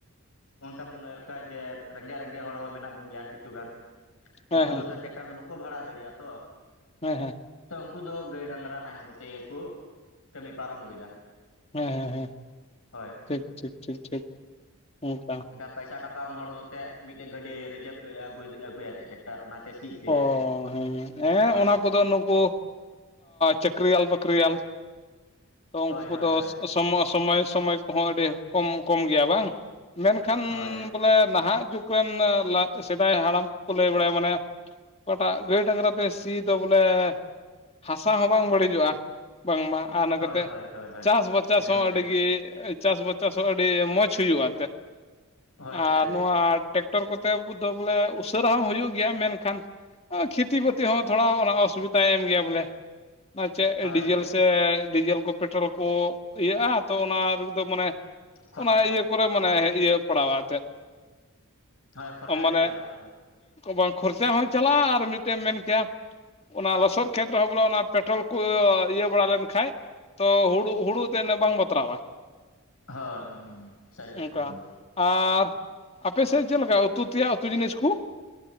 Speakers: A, on the left; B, on the left.
A: ᱚᱱᱠᱟ ᱵᱚᱱ ᱞᱟᱹᱭᱮᱫ ᱡᱮ ᱨᱮᱸᱜᱮᱡ ᱨᱮᱸᱜᱮᱡ ᱦᱚᱲ ᱦᱚᱸ ᱢᱮᱱᱟᱜ ᱵᱚᱱ ᱜᱮᱭᱟ ᱠᱤᱪᱷᱩ ᱜᱟᱱ ᱾
B: ᱦᱮᱸ
A: ᱩᱱᱠᱩ
B: ᱦᱮᱸ
A: ᱫᱚ ᱛᱚ ᱴᱮᱠᱴᱟᱨ ᱫᱚ ᱵᱟᱠᱚ ᱵᱷᱟᱲᱟ ᱫᱟᱲᱮᱭᱟᱜᱼᱟ ᱛᱚ ᱾
B: ᱦᱮᱸ ᱦᱮᱸ
A: ᱛᱚ ᱩᱱᱠᱩ ᱫᱚ ᱜᱟᱹᱭ ᱰᱟᱝᱨᱟ ᱱᱟᱦᱮᱞ ᱠᱚᱛᱮ ᱜᱮᱠᱚ ᱠᱟᱹᱢᱤ ᱯᱟᱨᱚᱢ ᱟᱹᱜᱩᱭᱮᱫᱟ᱾
B: ᱦᱮᱸ ᱦᱮᱸ ᱦᱮᱸ
A: ᱦᱳᱭ
B: ᱴᱷᱤᱠ ᱴᱷᱤᱠ ᱴᱷᱤᱠ ᱴᱷᱤᱠ ᱚᱱᱠᱟ᱾
A: ᱯᱟᱭᱥᱟ ᱴᱟᱠᱟᱣᱟᱱ ᱦᱚᱲ ᱛᱮᱫ ᱢᱤᱫᱴᱮᱱ ᱜᱟᱹᱰᱤ ᱨᱤᱡᱟᱹᱵ ᱟᱹᱜᱩᱭ ᱟᱹᱜᱩᱭᱟ ᱟᱨ ᱚᱱᱟᱛᱮ ᱥᱤ ᱦᱚᱪᱚᱭᱟᱭ
B: ᱚ ᱦᱮᱸ ᱦᱮᱸ
A: ᱦᱳᱭ
B: ᱚᱱᱟ ᱠᱚᱫᱚ ᱱᱩᱠᱩ ᱪᱟᱹᱠᱨᱤᱭᱟᱞ ᱵᱟᱹᱠᱨᱤᱭᱟᱞ ᱛᱚ ᱩᱱᱠᱩ
A: ᱦᱳᱭ
B: ᱠᱚᱫᱚ
A: ᱦᱳᱭ ᱦᱳᱭ
B: ᱥᱚᱢ ᱥᱚᱢᱚᱭ ᱥᱚᱢᱚᱭ ᱠᱚᱦᱚᱸ ᱟᱹᱰᱤ ᱠᱚᱢ ᱠᱚᱢ ᱜᱮᱭᱟ ᱵᱟᱝ ᱢᱮᱱ ᱠᱷᱟᱱ
A: ᱦᱳᱭ
B: ᱵᱚᱞᱮ ᱱᱟᱦᱟᱜ ᱡᱩᱜᱽ ᱨᱮᱱ ᱥᱮᱫᱟᱭ ᱦᱟᱲᱟᱢ ᱠᱚᱠᱚ ᱞᱟᱹᱭ ᱵᱟᱲᱟᱭᱟ ᱢᱟᱱᱮ ᱚᱠᱟᱴᱟᱜ ᱜᱟᱹᱭ ᱰᱟᱝᱨᱟ ᱛᱮ ᱥᱤ ᱫᱚ ᱵᱚᱞᱮ ᱦᱟᱥᱟ ᱦᱚᱸ ᱵᱟᱝ ᱵᱟᱹᱲᱤᱡᱚᱜ-ᱟ᱾ ᱵᱟᱝᱢᱟ ᱚᱱᱟ
A: ᱦᱳᱭ
B: ᱠᱟᱛᱮᱜ
A: ᱦᱳᱭ ᱦᱳᱭ ᱦᱳᱭ
B: ᱪᱟᱥ ᱵᱟᱪᱟᱥ
A: ᱮᱠᱫᱚᱢ
B: ᱦᱚᱸ
A: ᱥᱟᱹᱨᱤ
B: ᱟᱹᱰᱤᱜᱮ ᱪᱟᱥ ᱵᱟᱪᱟᱥ ᱦᱚᱸ ᱟᱹᱰᱤ ᱢᱚᱡᱽ ᱦᱩᱭᱩᱜ-ᱟ ᱮᱱᱛᱮᱫ᱾
A: ᱦᱳᱭ
B: ᱟᱨ
A: ᱥᱟᱹᱨᱤ
B: ᱱᱚᱣᱟ
A: ᱜᱮ
B: ᱴᱮᱠᱴᱚᱨ ᱠᱚᱛᱮ ᱫᱚ ᱵᱚᱞᱮ ᱩᱥᱟᱹᱨᱟ ᱦᱚᱸ ᱦᱩᱭᱩᱜ ᱜᱮᱭᱟ ᱢᱮᱱ ᱠᱷᱟᱱ ᱠᱷᱮᱛᱤ ᱯᱟᱹᱛᱤ ᱦᱚᱸ ᱛᱷᱚᱲᱟ ᱚᱱᱟ ᱚᱥᱩᱵᱤᱫᱟᱭ ᱮᱢ ᱜᱮᱭᱟ ᱵᱚᱞᱮ᱾ ᱟ ᱪᱮᱜ
A: ᱦᱳᱭ
B: ᱰᱤᱡᱮᱞ
A: ᱦᱳᱭ
B: ᱥᱮ ᱰᱤᱡᱮᱞ ᱠᱚ ᱯᱮᱴᱨᱳᱞ ᱠᱚ ᱤᱭᱟᱹᱜᱼᱟ ᱛᱚ ᱚᱱᱟ ᱨᱮᱫᱚ ᱢᱟᱱᱮ
A: ᱠᱷᱚᱨᱪᱟ
B: ᱚᱱᱟ ᱤᱭᱟᱹ ᱠᱚᱨᱮ ᱢᱟᱱᱮ ᱤᱭᱟᱹ ᱯᱟᱲᱟᱣᱟ ᱮᱱᱛᱮᱫ᱾
A: ᱦᱳᱭ ᱠᱷᱚᱨᱪᱟ
B: ᱢᱟᱱᱮ
A: ᱰᱷᱮᱨ ᱪᱟᱞᱟᱜ-ᱟ ᱦᱳᱭ᱾
B: ᱵᱟᱝ ᱠᱷᱚᱨᱪᱟ ᱦᱚᱸ ᱪᱟᱞᱟᱜ-ᱟ ᱟᱨ ᱢᱤᱫᱴᱮᱱᱮᱢ ᱢᱮᱱ ᱠᱮᱭᱟ ᱚᱱᱟ ᱞᱚᱥᱚᱫ ᱠᱷᱮᱛ ᱨᱮᱦᱚᱸ ᱵᱚᱞᱮ ᱚᱱᱟ ᱯᱮᱴᱨᱚᱞ ᱠᱚ ᱤᱭᱟᱹ ᱵᱟᱲᱟ ᱞᱮᱱᱠᱷᱟᱡ ᱛᱚ ᱦᱩᱲᱩ ᱦᱩᱲᱩ ᱛᱮᱱ ᱩᱱᱟᱜ ᱵᱟᱝ ᱵᱚᱛᱚᱨᱟᱜ-ᱟ᱾
A: ᱦᱳᱭ ᱦᱳᱭ ᱥᱟᱹᱨᱤ ᱠᱟᱛᱷᱟ
B: ᱚᱱᱠᱟ
A: ᱦᱳᱭ᱾
B: ᱟᱨ ᱟᱯᱮ ᱥᱮᱫ ᱪᱮᱫ ᱞᱮᱠᱟ ᱩᱛᱩ ᱛᱮᱭᱟᱜ ᱩᱛᱩ ᱡᱤᱱᱤᱥ ᱠᱩ?